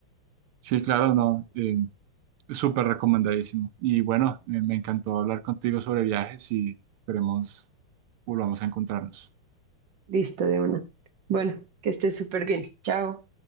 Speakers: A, on the right; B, on the right.
A: Sí, claro, no, eh, súper recomendadísimo. Y bueno, eh, me encantó hablar contigo sobre viajes y esperemos volvamos a encontrarnos.
B: Listo, de una. Bueno, que estés súper bien. Chao.